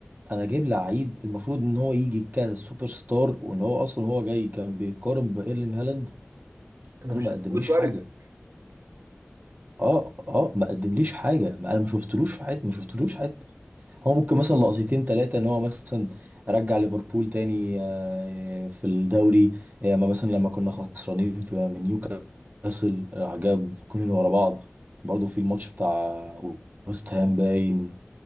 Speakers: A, on the right (about 40°); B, on the right (about 80°).
A: انا جايب لعيب المفروض ان هو يجي كسوبر ستار وان هو اصلا هو جاي كان بيقارن بايرلينج هالاند
B: كانوا
A: انا
B: بيشوفوا
A: ما قدمليش
B: سواريز
A: حاجه اه اه ما قدمليش حاجه ما انا ما شفتلوش في حياتي ما شفتلوش هو ممكن مثلا لقطتين ثلاثة ان هو مثلا رجع ليفربول تاني آه، في الدوري آه، اما مثلا لما كنا خسرانين في من نيوكاسل آه، جاب جونين ورا بعض برضه في الماتش بتاع ويست هام باين